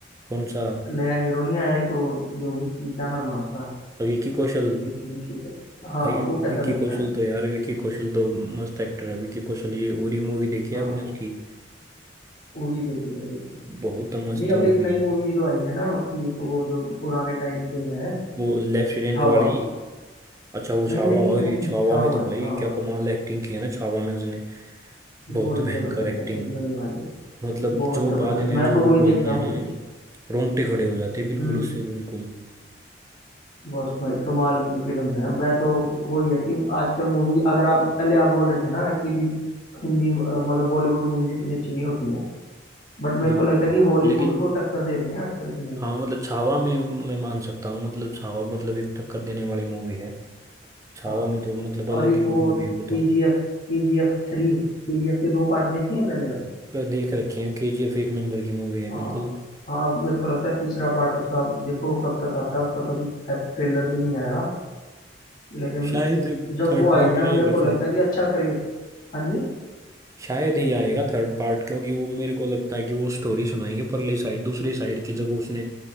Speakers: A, on the right (about 15°); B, on the left (about 50°).
A: कौन सा
B: नया हीरो नहीं आया एक वो जो विक्की क्या नाम है उसका
A: विकी कौशल
B: विक्की विक्की का हाँ
A: भाई
B: वो कैसा
A: विकी
B: लगता
A: कौशल
B: है
A: तो यार विकी कौशल तो मस्त एक्टर है विकी कौशल ये उरी मूवी देखी
B: हाँ
A: है आपने उसकी
B: उड़ी देखी है देखी है
A: बहुत मस्त
B: नहीं अब एक
A: मूवी
B: नई मूवी
A: है
B: भी तो आई है ना उसकी एक वो जो पुराने टाइम पे है
A: वो लेफ्टिनेंट
B: छावा
A: वाली अच्छा वो
B: नहीं
A: छावा
B: नहीं
A: ओए
B: नहीं
A: छावा
B: छावा
A: में तो भाई
B: छावा
A: क्या कमाल एक्टिंग की है ना छावा में उसने बहुत
B: बड़ी
A: भयंकर
B: जबरदस्त
A: एक्टिंग
B: एक्टिंग करी भाई
A: मतलब
B: बहुत
A: जो
B: जबरदस्त
A: बाद में
B: मैं
A: जो
B: तो
A: वो
B: वही
A: बोलते
B: देख रहा
A: हैं
B: हूँ
A: ना
B: कि
A: रोंगटे खड़े हो जाते हैं बिल्कुल
B: हम्म
A: उससे बिल्कुल
B: बस भाई कमाल की फिल्म्स हैं मैं तो वही है कि आजकल मूवी अगर आप पहले आप बोल रहे थे ना कि भी हिंदी अ, मतलब बॉलीवुड मूवीज इतनी अच्छी नहीं होती हैं बट मेरे
A: बिल्कुल
B: को लगता है कि हॉलीवुड
A: लेकिन
B: को टक्कर दे रही हैं आजकल की मूवी
A: हाँ मतलब छावा में मैं मान सकता हूँ मतलब छावा मतलब एक टक्कर देने वाली मूवी है छावा
B: हाँ
A: में तो मतलब अलग
B: और एक
A: ही
B: वो
A: मूवी है वो
B: के
A: तो
B: जी एफ के जी एफ थ्री के जी एफ के दो पार्ट देखे हैं पहले वाले
A: पर देख रखे हैं केजीएफ एक नंबर की मूवी है
B: हाँ
A: बिल्कुल
B: हाँ अब मेरे को लगता है तीसरा पार्ट उसका देखो कब तक आता है उसका तो अभी खैर ट्रेलर भी नहीं आया लेकिन
A: शायद
B: जब
A: थर्ड
B: वो आएगी
A: पार्ट
B: ना
A: आएगा
B: मेरे को
A: शायद
B: लगता है कि अच्छा करेगा हाँ जी
A: शायद ही आएगा थर्ड पार्ट क्योंकि वो मेरे को लगता है कि वो स्टोरी सुनाएंगे परली साइड दूसरी साइड की जब उसने